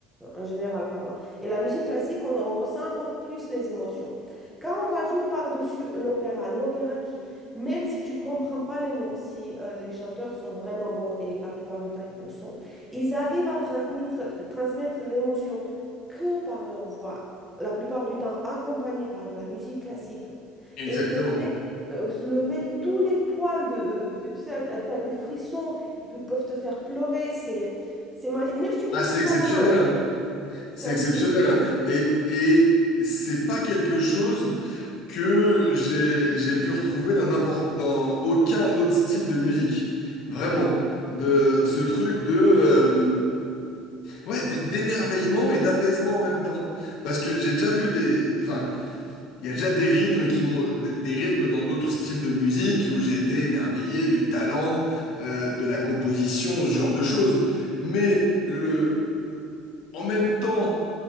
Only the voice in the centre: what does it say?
en général parlant. Et la musique classique, on, on ressent encore plus les émotions. Quand on rajoute par-dessus l'opéra, l'opéra qui, même si tu comprends pas les mots, si euh, les chanteurs sont vraiment bons, et la plupart du temps ils le sont, ils arrivent à transmettre, transmettre l'émotion que par leur voix, la plupart du temps accompagnée par de la musique classique.
Et ils te fait euh, se lever tous les poils de, de- tu sais, t'as, t'as des frissons, ils pe- peuvent te faire pleurer, c'est, c'est magique. Même si tu comprends
pas la langue.
C'est
un
peu beaucoup.